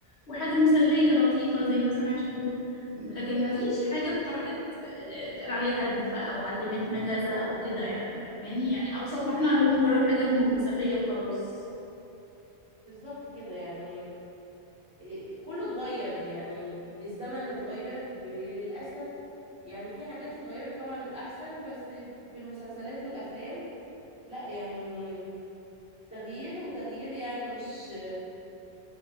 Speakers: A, on the left; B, in the centre.
A: وحاجه مسليه لطيفه زي مثلا عايشه الدور لكن ما فيش حاجه اتطرحت آه، اتقال عليها هادفه او علمتنا كذا او كده يعني فاهماني يعني اقصى طموحنا اللي هو مجرد حاجه م- مسليه وخلاص
B: بالظبط كده يعني إيه، كله اتغير يعني الزمن اتغير ب... للأسف يعني في حاجات اتغيرت طبعا الأحسن بس في المسلسلات والأفلام لا يعني تغيير وتغيير يعني مش